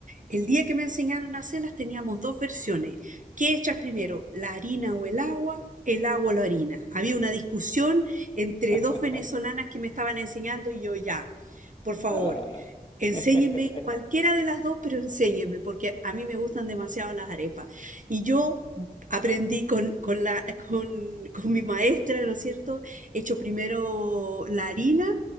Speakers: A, on the right; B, on the left.
A: El día que me enseñaron a hacerlas teníamos dos versiones. ¿Qué echas primero, la harina o el agua? El agua o la harina. Había una discusión entre
B: <laughs>
A: dos venezolanas que me estaban enseñando y yo ya, por favor,
B: Ah,
A: enséñenme
B: <laughs>
A: cualquiera de las dos, pero enséñenme porque a mí me gustan demasiado las arepas. Y yo aprendí con, con la, con, con mi maestra, ¿no es cierto? He Hecho primero la harina